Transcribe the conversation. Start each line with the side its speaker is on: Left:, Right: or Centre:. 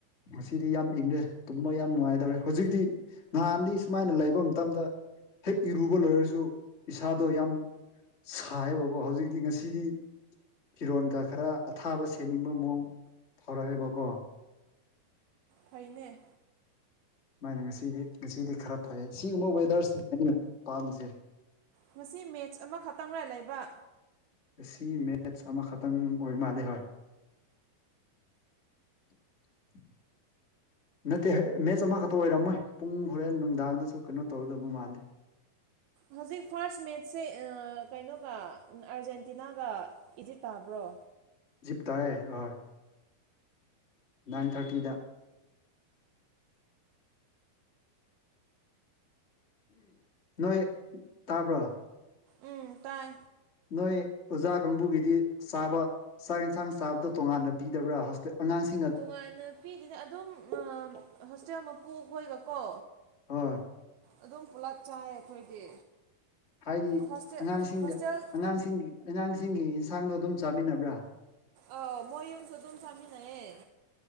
Left: ꯉꯁꯤꯗꯤ ꯌꯥꯝ ꯏꯪꯪꯂꯦ ꯇꯨꯝꯕ ꯌꯥꯝ ꯅꯨꯡꯉꯥꯏꯗꯧꯔꯦ ꯍꯧꯖꯤꯛꯇꯤ ꯅꯍꯥꯟꯗꯤ ꯁꯨꯃꯥꯏꯅ ꯂꯩꯕ ꯃꯇꯝꯗ ꯍꯦꯛ ꯏꯔꯨꯕ ꯂꯣꯏꯔꯁꯨ ꯏꯁꯥꯗꯣ ꯌꯥꯝ ꯁꯥꯏꯕꯀꯣ ꯍꯧꯖꯤꯛꯇꯤ ꯉꯁꯤꯗꯤ ꯐꯤꯔꯣꯟꯒ ꯈꯔ ꯑꯊꯥꯕ ꯁꯦꯠ ꯅꯤꯡꯕ ꯃꯑꯣꯡ ꯐꯥꯎꯔꯛꯑꯦꯕꯀꯣ
Right: ꯐꯩꯅꯦ
Left: ꯃꯥꯥꯏꯅ ꯉꯁꯤꯗꯤ ꯉꯁꯤꯗꯤ ꯈꯔ ꯐꯩꯌꯦ ꯁꯤꯒꯨꯝꯕ ꯋꯦꯗꯔꯁꯦ ꯑꯩꯅ ꯄꯥꯝꯃꯤꯁꯦ
Right: ꯉꯁꯤ ꯃꯦꯠꯆ ꯑꯃꯈꯛꯇꯪꯔ ꯂꯩꯕ
Left: ꯉꯁꯤ ꯃꯦꯠꯁ ꯑꯃꯈꯛꯇꯪ ꯑꯣꯏ ꯃꯥꯜꯂꯦ ꯍꯣꯏ <inaudible> ꯅꯠꯇꯦ ꯃꯦꯠꯆ ꯑꯃꯈꯛꯇ ꯑꯣꯏꯔꯝꯃꯣꯏ ꯄꯨꯡ ꯍꯣꯔꯦꯟ ꯅꯨꯡꯗꯥꯡꯗꯁꯨ ꯀꯩꯅꯣ ꯇꯧꯒꯗꯕ ꯃꯥꯜꯂꯦ <inaudible>
Right: ꯍꯧꯖꯤꯛ ꯐꯥꯔꯁ ꯃꯦꯠꯆꯁꯦ ꯑꯥ ꯀꯩꯅꯣꯒ ꯑꯥꯔꯖꯦꯟꯇꯤꯅꯥꯒ ꯏꯖꯤꯞ ꯇꯥꯕ꯭ꯔꯣ
Left: ꯏꯖꯤꯞ ꯇꯥꯥꯏꯑꯦ ꯍꯣꯏ ꯅꯥꯏꯟ ꯊꯥꯔꯇꯤꯗ ꯅꯣꯏ ꯇꯥꯕ꯭ꯔꯣ
Right: ꯎꯝ ꯇꯥꯏ
Left: ꯅꯣꯏ ꯑꯣꯖꯥ ꯀꯥꯡꯕꯨꯒꯤꯗꯤ ꯆꯥꯕ ꯆꯥꯛ ꯌꯦꯟꯁꯥꯡ ꯆꯥꯕꯗꯣ ꯇꯣꯉꯥꯟꯅ ꯄꯤꯗꯕ꯭ꯔꯥ ꯍꯣꯁꯇꯦꯜ ꯑꯉꯥꯡꯁꯤ
Right: ꯇꯣꯉꯥꯟꯅ ꯄꯤꯗꯦꯗ ꯑꯗꯨꯝ ꯍꯣꯁꯇꯦꯜ ꯃꯄꯨꯈꯣꯏꯒꯀꯣ
Left: ꯍꯣꯏ
Right: ꯑꯗꯨꯝ ꯄꯨꯂꯞ ꯆꯥꯏ ꯑꯩꯈꯣꯏꯗꯤ
Left: ꯍꯥꯏꯗꯤ
Right: ꯍꯣꯁꯇꯦꯜ
Left: ꯑꯉꯥꯡꯁꯤꯡꯒ
Right: ꯍꯣꯁꯇꯦꯜ
Left: ꯑꯉꯥꯡꯁꯤꯡꯒꯤ ꯑꯉꯥꯡꯁꯤꯡꯒꯤ ꯌꯦꯟꯁꯥꯡꯗꯣ ꯑꯗꯨꯝ ꯆꯥꯃꯤꯟꯅꯕ꯭ꯔꯥ
Right: ꯑ ꯃꯣꯢ ꯌꯨꯝꯁꯨ ꯑꯗꯨꯝ ꯆꯥꯃꯤꯟꯅꯩꯌꯦ